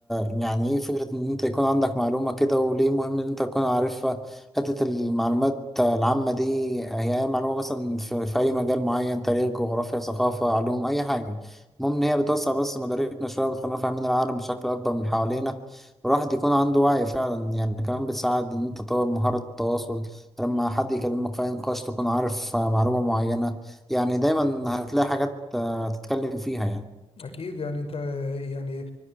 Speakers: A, in the centre; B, on the left.
A: يعني ايه فكره ان انت يكون عندك معلومه كده وليه مهم ان انت تكون عارفها حته المعلومات العامه دي هي اي معلومه مثلا في, في اي مجال معين تاريخ جغرافيا ثقافه علوم اي حاجه المهم ان هي بتوسع بس مداركنا شويه وبتخلينا فاهمين العالم بشكل اكبر من حوالينا والواحد يكون عنده وعي فعلا يعني كمان بتساعد ان انت تطور مهاره التواصل لما حد يكلمك في أي نقاش تكون عارف آه، معلومة معينة يعني دايما هتلاقي حاجات آه، تتكلم فيها يعني
B: أكيد يعني أنت يعني